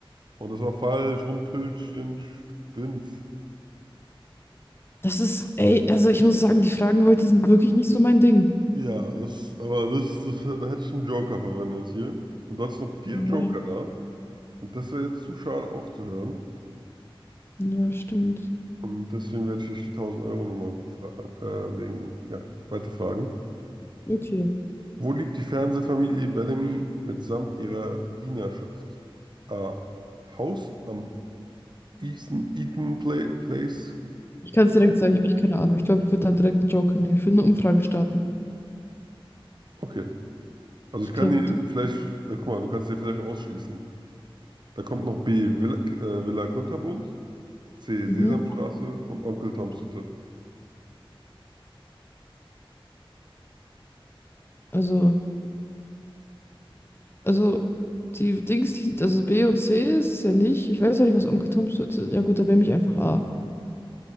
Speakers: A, on the right (about 50°); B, on the left (about 25°).
A: Und das war falsch. Rumpelstilzchen spinnt.
B: Das ist, ey, also ich muss sagen, die Fragen heute sind wirklich nicht so mein Ding.
A: Ja, das, aber das, das, da hätte ich einen Joker verwendet hier. Und du hattest noch vier
B: Ja,
A: Joker da. Und das wäre jetzt zu schade aufzuhören.
B: ja, stimmt.
A: Und deswegen werde ich dich die 1000 Euro nochmal befragen, äh, wegen, ja, weiterfragen.
B: Okay.
A: Wo lebt die Fernsehfamilie Bellamy mitsamt ihrer Dienerschaft? A. Haus am Eaton, Eaton Pla- Place.
B: Ich kann es direkt sagen, ich habe echt keine Ahnung. Ich glaube, ich würde dann direkt einen Joker nehmen. Ich würde eine Umfrage starten.
A: Okay. Also
B: Ich
A: ich kann
B: kann
A: dir
B: direkt.
A: vielleicht, äh, guck mal, du kannst dir vielleicht ausschließen. Da kommt noch B. Villa, äh, Villa Kunterbunt. C.
B: Mhm.
A: Sesamstraße und Onkel Toms Hütte.
B: Also. Also, die Dings, die, also B und C ist es ja nicht. Ich weiß ja nicht, was Onkel Toms Pizza ist. Ja, gut, dann nehme ich einfach A.